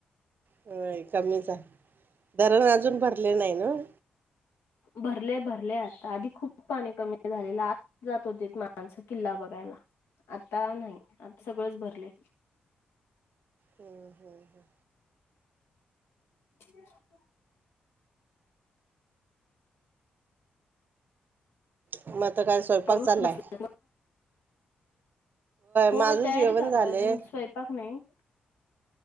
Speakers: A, on the right; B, on the left.
A: व्हय कमीच हाय. अजून भरले नाही नवं.
B: भरले भरले आता आधी खूप पाणी कमी झालेलं आत जात होते. माणस किल्ला बघायला. आता नाही आता सगळंच भरलय.
A: हम् हम् हम.
B: <inaudible>
A: मग आता काय स्वयंपाक
B: आवरून
A: चालाय.
B: बसले होय
A: माझं
B: तयारी
A: जेवण
B: चालू
A: झालंय
B: अजून स्वयंपाक नाही.